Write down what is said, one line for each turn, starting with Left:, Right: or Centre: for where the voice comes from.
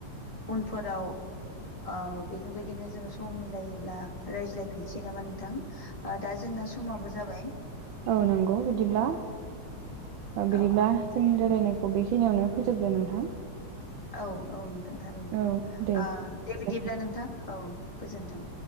Left: उनफोराव औ बेफोरबायदिनो जोङो सम मिलायोब्ला रायज्लायफिनसै नामा नोंथां। ओ दा जोंना समाबो जाबाय।
Right: औ नोंगौ ओ बिदिब्ला बिदिब्ला
Left: औ
Right: जोंनि रायलायनायखौ बेखिनियावनो फोजोबदो नोंथां।
Left: औ औ नोंथां थारैनो।
Right: औ दे
Left: ओ
Right: गोजोन
Left: दे बिदिब्ला नोंथां औ गोजोन्थों।